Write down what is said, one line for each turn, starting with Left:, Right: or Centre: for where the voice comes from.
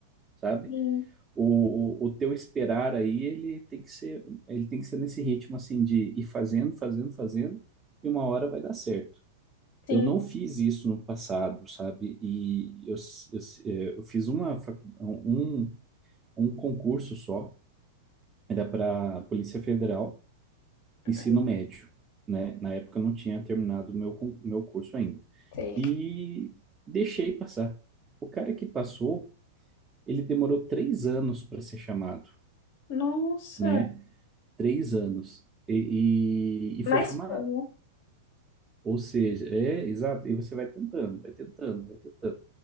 Right: sabe?
Left: Sim,
Right: O, o, o teu esperar aí, ele tem que ser, ele tem que ser nesse ritmo assim de ir fazendo, fazendo, fazendo, e uma hora vai dar certo.
Left: sim.
Right: Eu não fiz isso no passado, sabe? E eu, s- eu, s- eh, eu fiz uma, facu- um, um concurso só, era para Polícia Federal, ensino
Left: eu
Right: médio, né? Na época eu não tinha terminado o meu, con- meu curso ainda.
Left: Sei.
Right: E deixei passar. O cara que passou, ele demorou três anos para ser chamado
Left: Nossa,
Right: né? três anos e, e, e foi
Left: mas
Right: chamado.
Left: foi, né?
Right: Ou seja, é exato, e você vai tentando, vai tentando, vai tentando.